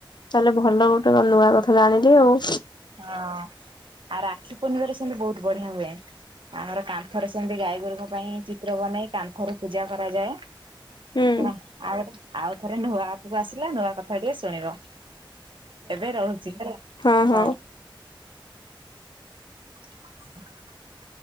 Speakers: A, on the left; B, on the right.
A: ତାହେଲେ ଭଲ ଗୋଟେ ନୂଆ କଥା ଜାଣିଲି ଆଉ।
B: ହଁ ଆଉ ରାକ୍ଷୀ ପୂର୍ଣ୍ଣିମାାରେ ସେମିତି ବହୁତ ବଢିଆ ହୁଏ। ଆମର କାନ୍ଥରେ ସେମିତି ଗାଈଗୋରୁଙ୍କ ପାଇଁ ଚିତ୍ର ବନେଇ କାନ୍ଥରୁ ପୂଜା କରାଯାଏ।
A: ହୁଁ
B: ହଁ ଆଉ ଆଉ ଥରେ ନୂଆ ଆପକୁ ଆସିଲା ନୂଆ କଥା ଟିକେ ଶୁଣିବ। ଏବେ ରହୁଛି ହେଲା?
A: ହୁଁ ହୁଁ।
B: ହଉ। <inaudible>